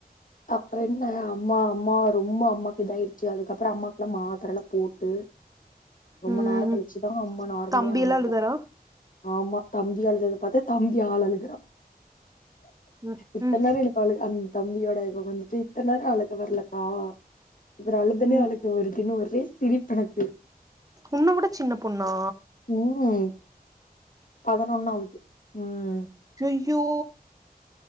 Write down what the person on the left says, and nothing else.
அப்பற என்ன அம்மா அம்மா ரொம்ப அம்மாக்கு இதாய்ர் ச்சு அதுக்கப்பற அம்மாக்குல்லா மாத்தரல்லா போட்டு ரொம்ப
நேர கழிச்சிதா அம்மா நார்மலே
ஆனாங்க
ஆமா தம்பி ஆழுதத பாத்து தம்பி ஆள் அழுகுறா
இத்தன்
நாள் எனக் அழுக அந் தம்பியோட இவ வந்துட்டு இத்தன் நேரோ அழுக வர்லக்கா இவர் அழுதுனே
அவளுக்கு வருதுனு ஒரே சிரிப்பெணக்கு
ம் பதனொன்னாவது ம்